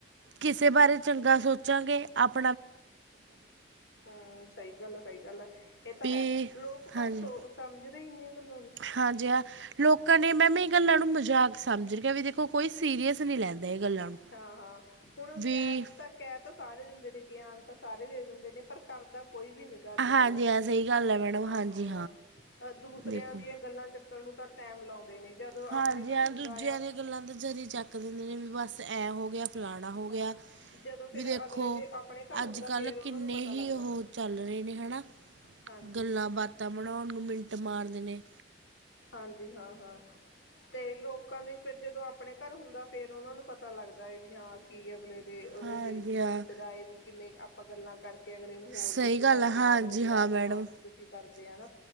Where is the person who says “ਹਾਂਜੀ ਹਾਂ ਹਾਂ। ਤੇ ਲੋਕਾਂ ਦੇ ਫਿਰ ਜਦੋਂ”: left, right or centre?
Left